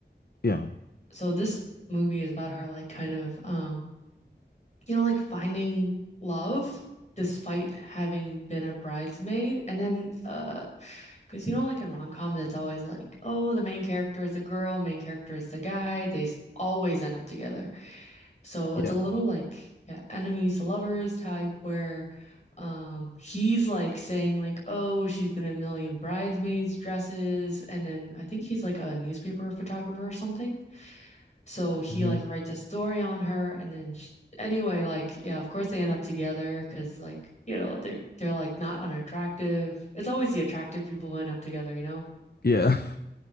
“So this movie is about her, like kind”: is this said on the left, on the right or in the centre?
Left